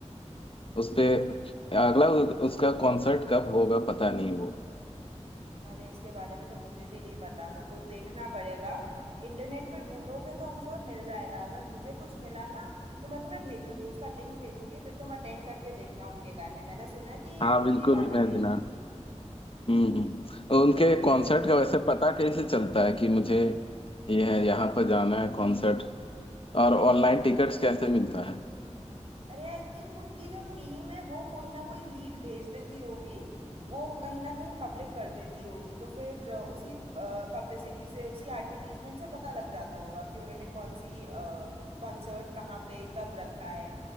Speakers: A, on the left; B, on the right.
A: उस पे अगला उ- उसका कॉन्सर्ट कब होगा पता नहीं वो
B: अरे इसके बारे में तो मुझे भी नहीं पता मेरे को देखना पड़ेगा इंटरनेट पे ढूंढोगे तो हम श्योर मिल जाएगा अगर मुझे कुछ मिला ना तो मैं तुम्हें भेजूंगी उसका लिंक भेजूंगी फिर तुम अटेंड करके देखना उनके गाने मैंने सुना है कि
A: हाँ
B: उनके
A: बिल्कुल
B: गाने
A: मैं
B: भी
A: जना हम्म हम्म। उनके
B: बढ़िया
A: कॉन्सर्ट
B: हैं
A: का वैसे पता कैसे चलता है कि मुझे ये है यहाँ पर जाना है कॉन्सर्ट और ऑनलाइन टिकट्स कैसे मिलता है
B: अरे आई थिंक उनकी जो टीम है वो कोई ना कोई लीड भेज देती होगी वो कहीं ना कहीं पब्लिक कर देती होगी तो फिर अ, उसी पब्लिसिटी से उसी एडवर्टीजमेंट से पता लग जाता होगा कि उन्होंने कौन सी कॉन्सर्ट कहाँ पे कब रखा है